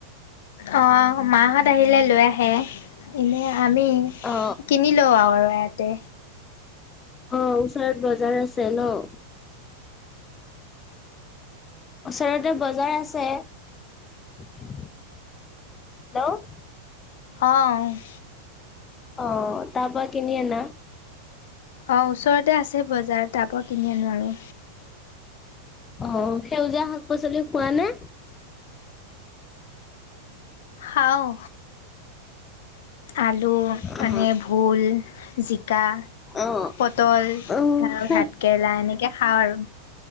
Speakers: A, on the left; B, on the left.
A: অ', মাহত আহিলে লৈ আহে, এনে আমি
B: অ
A: কিনি লো আৰু ইয়াতে
B: অ', ওচৰত বজাৰ আছে ন'। ওচৰতে বজাৰ আছে, হেল্ল'।
A: অ'।
B: অ', তাৰ পৰা কিনি আনা।
A: অ', ওচৰতে আছে বজাৰ তাপা কিনি আনো আৰু।
B: অ', সেউজীয়া শাক-পাচলি খোৱানে?
A: খাওঁ। আলু
B: অ
A: আনে, ভোল জিকা
B: অ
A: পটল আৰু
B: অ', শাক
A: ভাত কেৰেলা এনেকে খাওঁ আৰু।